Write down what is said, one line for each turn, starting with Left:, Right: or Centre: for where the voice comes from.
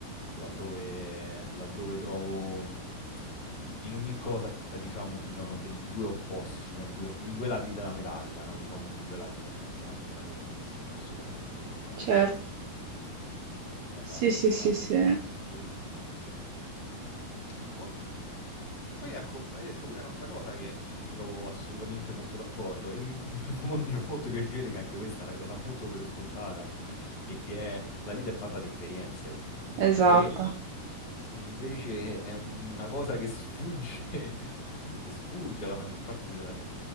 Left: laddove laddove trovo, mhmm in ogni cosa, diciamo, ci sono del 2 opposti, ci sono due i 2 lati della medaglia, no, i famosi 2 lati della medaglia. Ehm, sì, assolutamente, quindi il cambiamento
Right: certo.
Left: è la
Right: Sì,
Left: parte
Right: sì,
Left: stabile.
Right: sì, sì.
Left: Ehm e poi mhmm, e poi ecco, hai detto pure un'altra cosa che su cui mi trovo assolutamente molto d'accordo e mi <laughs> mi fa mol mi fa molto piacere che anche questa l'hai data molto per scontata e che è: la vita è fatta di esperienze,
Right: Esatto.
Left: che invece è una cosa che sfugge <laughs> che sfugge alla maggior parte della